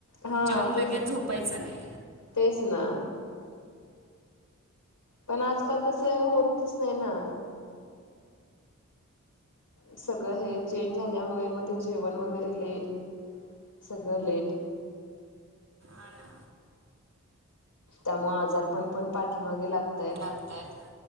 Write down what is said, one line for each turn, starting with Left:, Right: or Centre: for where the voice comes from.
Left: हा
Right: जेवूण लगेच
Left: तेच ना
Right: झोपायचं नाही.
Left: तेच ना, पण आजकाल तसं होतच नाही ना, सगळं हे चेंज झाल्यामुळे मग ते जेवण वगैरे लेट सगळं लेट
Right: आ ना,
Left: त्यामुळे आजारपण पण पाठीमागे लागताय.
Right: तर